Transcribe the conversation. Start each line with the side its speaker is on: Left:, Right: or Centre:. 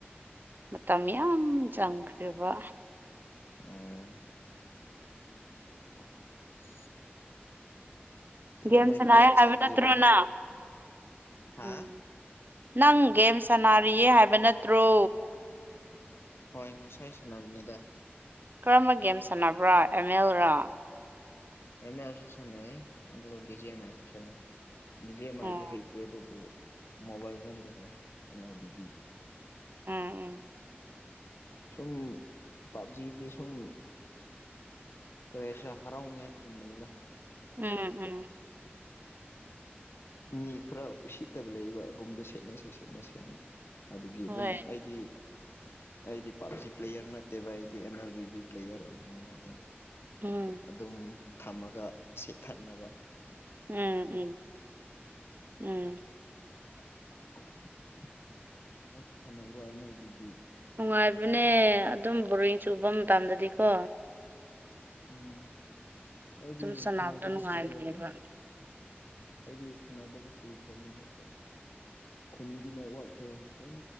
Right: ꯃꯇꯝ ꯌꯥꯝ ꯆꯪꯈꯔꯦ ꯕ
Left: ꯎꯝ <unintelligible>
Right: ꯒꯦꯝ
Left: ꯅꯣꯏ
Right: ꯁꯅꯩ
Left: ꯄꯨꯂꯞ
Right: ꯍꯥꯏꯕ
Left: ꯆꯠꯂꯤꯔꯣ
Right: ꯅꯠꯇ꯭ꯔꯣ ꯅꯪ
Left: ꯍꯥ
Right: ꯎꯝ ꯅꯪ ꯒꯦꯝ ꯁꯥꯟꯅꯔꯤꯌꯦ ꯍꯥꯏꯕ ꯅꯠꯇ꯭ꯔꯣ
Left: ꯍꯣꯏ ꯉꯁꯥꯏ ꯁꯥꯟꯅꯕꯅꯤꯗ
Right: ꯀꯔꯝꯕ ꯒꯦꯝ ꯁꯥꯟꯅꯕ꯭ꯔꯣ ꯑꯦꯝ ꯑꯦꯜꯔꯣ
Left: ꯃꯦꯝ ꯃꯦꯟ ꯁꯨ ꯁꯥ ꯅꯩ ꯕꯣꯜ ꯃ ꯏ ꯁꯨ ꯁꯥꯅꯩ ꯕꯤ ꯖꯤ ꯑꯦꯝ
Right: ꯎꯝ
Left: ꯑꯥꯏꯗꯤ ꯍꯩꯇꯦ ꯑꯗꯨꯕꯨ ꯃꯣꯕꯥꯏꯜꯖꯅꯗꯤ ꯍꯦꯛ ꯀꯩꯅꯣ ꯂꯤꯕꯤꯗꯦ
Right: ꯎꯝ ꯎꯝ
Left: ꯁꯨꯝ ꯄꯕꯖꯤꯗꯤ ꯁꯨꯝ ꯀꯔꯤꯁꯨꯔ ꯍꯔꯥꯎꯅꯤꯉꯥꯏ ꯊꯝꯕꯅꯤꯅ
Right: ꯎꯝ ꯎꯝ꯫
Left: ꯃꯤ ꯈꯔ ꯎꯁꯤꯠꯇꯕ ꯂꯩꯕ ꯔꯨꯝꯗ ꯁꯦꯠꯅꯁꯦ ꯁꯦꯠꯅꯁꯦ ꯍꯥꯏꯅ꯫ ꯑꯗꯨꯒꯤ
Right: ꯍꯣꯏ
Left: ꯑꯗꯨꯝ ꯑꯩꯗꯤ ꯑꯩꯗꯤ ꯄꯞꯖꯤ ꯄ꯭ꯂꯦꯌꯔ ꯅꯠ ꯇꯦꯕ ꯑꯩꯗꯤ ꯑꯦꯝ ꯑꯦꯜ ꯕꯤꯕꯤ ꯄ꯭ꯂꯦꯌꯔ ꯑꯣꯏꯕꯅꯦ ꯑꯗꯣ
Right: ꯎꯝ
Left: ꯑꯗꯨꯝ ꯊꯝꯃꯒ ꯁꯤꯠꯊꯠꯅꯕ꯫
Right: ꯎꯝ ꯎꯝ ꯎꯝ꯫
Left: <unintelligible> ꯅꯪꯁꯨ ꯁꯥꯟꯅꯕ꯭ꯔꯣ ꯑꯦꯝ ꯑꯦꯜ ꯕꯤꯕꯤ꯫
Right: ꯅꯨꯡꯉꯥꯏꯕꯅꯦ ꯑꯗꯨꯝ ꯕꯣꯔꯤꯡ ꯆꯨꯕ ꯃꯇꯝꯗꯗꯤꯀꯣ꯫
Left: ꯎꯝ ꯑꯩꯗꯤ
Right: ꯑꯗꯨꯝ ꯁꯥꯟꯅꯕꯗꯣ
Left: ꯁꯥꯟꯅꯗꯕ
Right: ꯅꯨꯡꯉꯥꯏꯕꯅꯦꯕ
Left: ꯀꯨꯏꯔꯦ ꯑꯗꯨꯝ꯫ ꯑꯩꯗꯤ ꯁꯥꯟꯅꯗꯕ ꯀꯨꯏꯈ꯭ꯔꯕꯅꯤ ꯑꯃꯨꯛꯀ꯫ ꯈꯨꯟꯒꯤ ꯅꯦꯠꯋꯥꯛꯁꯦ ꯑꯗꯨꯝ